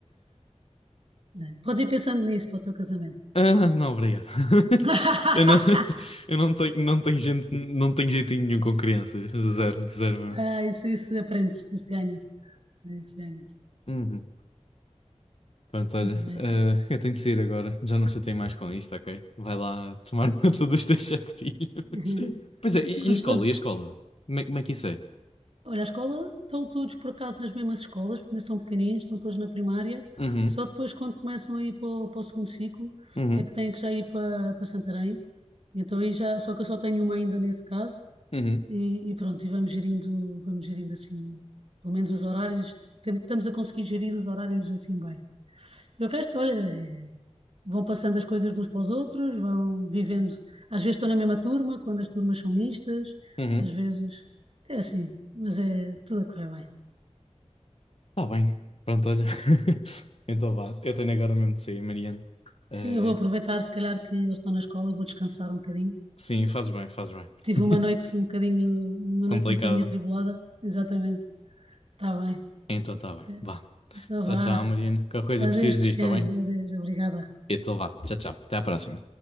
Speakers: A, on the right; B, on the left.
A: É, Podes ir pensando nisso para o teu casamento.
B: Ah, não, obrigado. <laughs>
A: <laughs>
B: Eu não, eu não tenho, não tenho gente, não tenho jeitinho nenhum com crianças, zero, zero
A: Ah, isso, isso aprende-se, isso ganha-se. É, Isso ganha
B: mesmo. Pronto, olha,
A: Muito bem.
B: eh, eu tenho de sair agora. Já não chatei mais com isto, ok? Vai lá tomar <laughs> conta dos teus sete filhos.
A: <laughs>
B: Pois é, e,
A: Quando,
B: e a escola?
A: quando,
B: E a escola? Como é, como é que isso é?
A: olha, a escola, estão todos por acaso nas mesmas escolas, porque ainda são pequeninos, estão todos na primária.
B: Uhum,
A: Só depois, quando começam a ir para o, para o segundo ciclo,
B: uhum,
A: é que têm que já ir para, para Santarém. Então aí já, só que eu só tenho uma ainda nesse caso.
B: uhum,
A: E, e pronto, e vamos gerindo, vamos gerindo assim, pelo menos os horários, tem- estamos a conseguir gerir os horários assim bem. E o resto, olha, é- vão passando as coisas de uns para os outros, vão vivendo. Às vezes estão na mesma turma, quando as turmas são mistas,
B: uhum.
A: às vezes é assim, mas é tudo a correr bem.
B: Tá bem. Pronto, olha. <laughs> Então vá, eu tenho agora mesmo de sair, Mariano. Eh,
A: Sim, eu vou aproveitar, se calhar, que eles estão na escola e vou descansar um bocadinho.
B: sim, fazes bem, fazes bem.
A: Tive
B: <laughs>
A: uma noite um bocadinho, uma
B: Complicado.
A: noite um bocadinho atribulada, exatamente. Está bem.
B: Então tá bem.
A: É,
B: Vá.
A: Então
B: Tchau,
A: vá.
B: tchau, Mariano. Qualquer coisa
A: Adeus,
B: preciso
A: Cristiano.
B: disto, tá bem?
A: Adeus, obrigada.
B: Então vá. Tchau, tchau. Até à próxima.